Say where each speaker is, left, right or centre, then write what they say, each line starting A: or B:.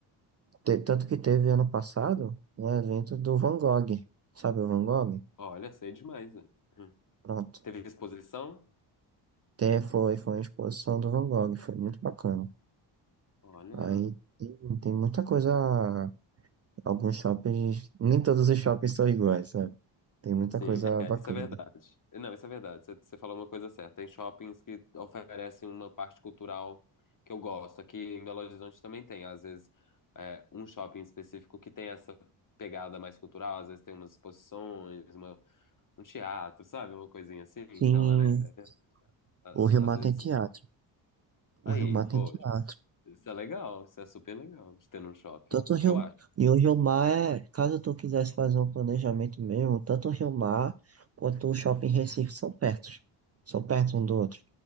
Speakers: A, on the right; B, on the left.
A: te- tanto que teve ano passado um evento do Van Gogh, sabe o Van Gogh?
B: Olha, sei demais. né? Hum.
A: Pronto.
B: Teve exposição?
A: Até foi, foi uma exposição do Van Gogh, foi muito bacana.
B: Olha,
A: Aí tem, tem muita coisa. Alguns shoppings, nem todos os shoppings são iguais, sabe? Tem muita
B: sim,
A: coisa
B: é,
A: bacana.
B: isso é verdade. Não, isso é verdade. Você você falou uma coisa certa. Tem shoppings que oferecem uma parte cultural que eu gosto. Aqui em Belo Horizonte também tem, às vezes, é, um shopping específico que tem essa pegada mais cultural. Às vezes tem umas exposições, uma- um teatro, sabe? Uma coisinha assim. Então,
A: Sim,
B: é, é, a-
A: o Rio Mar
B: às vezes...
A: tem teatro. O
B: Aí,
A: Rio Mar tem
B: pô.
A: teatro.
B: Isso é legal, isso é super legal de ter num shopping.
A: Tanto o Rio...
B: Eu acho.
A: E o Rio Mar é, caso tu quisesse fazer um planejamento mesmo, tanto o Rio Mar quanto o Shopping Recife são perto. São perto um do outro.